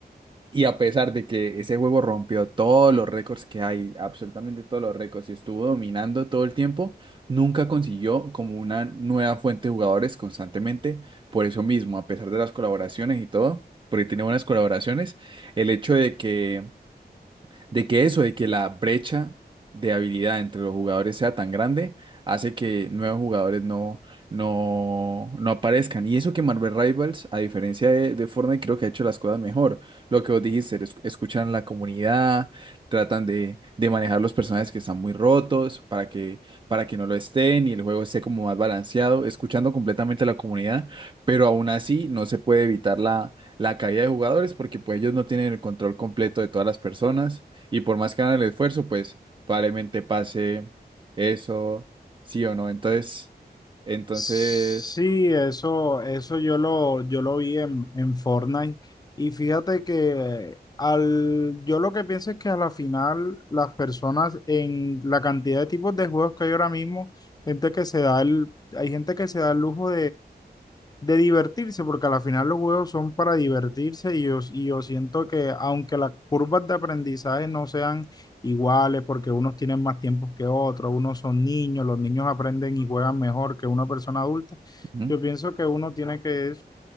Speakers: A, on the right; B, on the left.
A: Y a pesar de que ese juego rompió todos los récords que hay, absolutamente todos los récords, y estuvo dominando todo el tiempo, nunca consiguió como una nueva fuente de jugadores constantemente. Por eso mismo, a pesar de las colaboraciones y todo, porque tiene buenas colaboraciones, el hecho de que de que eso, de que la brecha de habilidad entre los jugadores sea tan grande, hace que nuevos jugadores no, no, no aparezcan. Y eso que Marvel Rivals, a diferencia de, de Fortnite, creo que ha hecho las cosas mejor. Lo que vos dijiste, es- escuchan a la comunidad, tratan de, de manejar los personajes que están muy rotos para que, para que no lo estén y el juego esté como más balanceado, escuchando completamente a la comunidad, pero aún así no se puede evitar la la caída de jugadores porque pues ellos no tienen el control completo de todas las personas y por más que hagan el esfuerzo, pues probablemente pase eso, sí o no. Entonces, entonces,
B: Sí, eso, eso yo lo, yo lo vi en, en Fortnite. Y fíjate que al, yo lo que pienso es que a la final las personas en la cantidad de tipos de juegos que hay ahora mismo, gente que se da el, hay gente que se da el lujo de divertirse, porque a la final los juegos son para divertirse y yo, y yo siento que aunque las curvas de aprendizaje no sean iguales, porque unos tienen más tiempos que otros, unos son niños, los niños aprenden y juegan mejor que una persona adulta,
A: Ujú,
B: yo pienso que uno tiene que